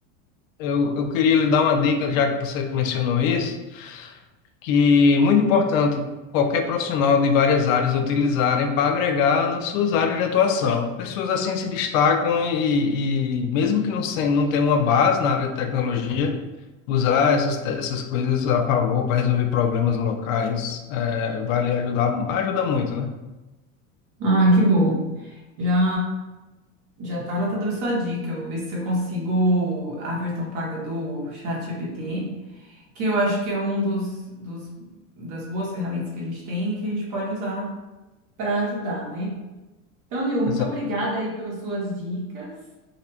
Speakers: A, on the left; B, on the right.
A: eu, eu queria lhe dar uma dica, já que você mencionou isso. que é muito importante qualquer profissional de várias áreas utilizarem para agregar nas suas áreas de atuação. Pessoas assim se destacam e, e mesmo que não, sem, não tenham uma base na área de tecnologia, usar essas, te- essas coisas a favor para resolver problemas locais, eh, vale ajudar, ajuda muito, né?
B: Ah, que bom. Já já tá anotada a sua dica. Eu Vou ver se eu consigo a versão paga do chat GPT que eu acho que é um dos, dos- das boas ferramentas que a gente tem e que a gente pode usar para ajudar, né? Então, Nil, muito
A: Exato.
B: obrigada aí pelas suas dicas.